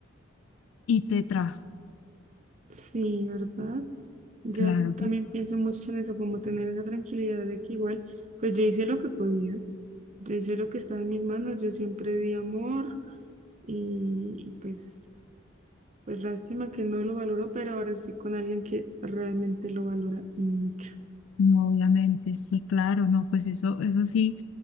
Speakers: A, on the left; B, on the right.
A: y te trajo.
B: Sí, ¿verdad? Yo
A: Claro,
B: también pienso mucho en eso, como tener esa tranquilidad de que igual, pues yo hice lo que podía, yo hice lo que estaba en mis manos, yo siempre di amor y, y pues, pues lástima que no lo valoró, pero ahora estoy con alguien que realmente lo valora y mucho.
A: no, obviamente, sí, claro, no, pues eso, eso sí.